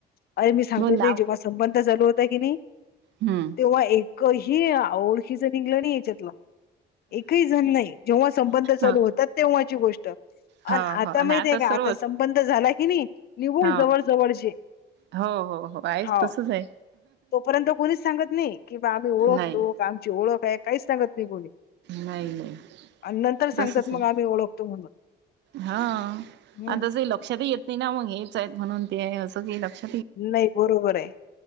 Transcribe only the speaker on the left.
अरे मी सांगतो
ते जेव्हा संबंध चालू होता की नाही
तेव्हा एक एकही ओळखीचा निघाला नाही याच्यातला, एकही जण नाही. जेव्हा संबंध चालू
होतात तेव्हाची गोष्ट आणि
आता
माहित आहे
का आता बंद झाला कि नाही निकोल
जवळ जवळचेे
हो,
तोपर्यंत कोणीच सांगत नाही कि बा आम्ही ओळखतो.
आमची ओळख आहे. काहीच सांगत नाही कोणी.
आणि नंतर सांगतात
मग आम्ही ओळखतो म्हणून.
हम्म
नाही बरोबर आहे.